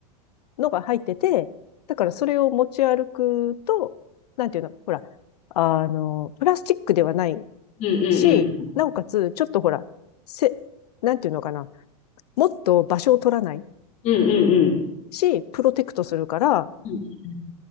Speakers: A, on the left; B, on the left.
A: のが入ってて、だからそれを持ち歩くと、なんていうの、ほら、あの、プラスチックではない
B: うんうんうんうん。
A: し、なおかつ、ちょっとほら、せ、なんていうのかな、もっと場所を取らない
B: うんうんうん。
A: し、プロテクトするから、
B: いい